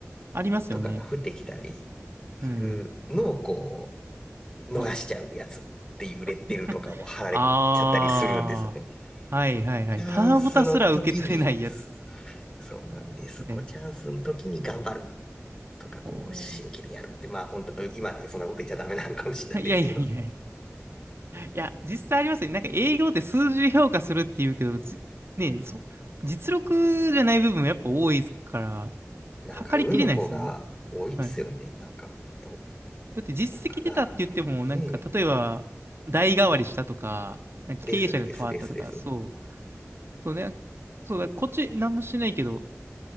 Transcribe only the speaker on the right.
ありますよね。
うん。
はい。<laughs> ああ。はいはいはい。
棚ぼたすら受け取れないやつ。
みたいな。
お
ーいやいやいやいや。いや、実際ありますよね。なんか営業って数字で評価するっていうけど、じねえ、そ、実力じゃない部分もやっぱ多いから、
測りきれないですよね。はい。
だって実績出たって言っても、
なんか例えば、
代替わりしたとか、なんか経営者が変わったとか、
そう、そうね、そうだ、こっち何もしてないけど、